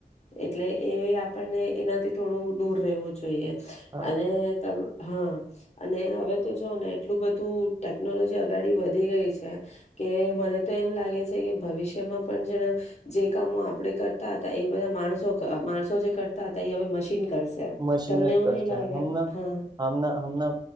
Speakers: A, on the left; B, on the right.
A: એટલે એ આપણને એનાથી થોડું દૂર રેહવું જોઈએ.
B: હા
A: અને ત હા, અને હવે તો જોવોને એટલું બધું ટેકનોલોજી અગાડી વધી ગઈ છે કે મને તો એમ લાગે છે કે ભવિષ્યમાં પણ છે ને જે કામો આપડે કરતાં હતાં, એ એ બધા માણસો ક માણસો જે કરતા હતા એ હવે મશીન કરશે
B: મશીન
A: તમને
B: જ
A: એવું
B: કરશે.
A: નહી લાગે
B: હમના,
A: હા
B: હમના હમના,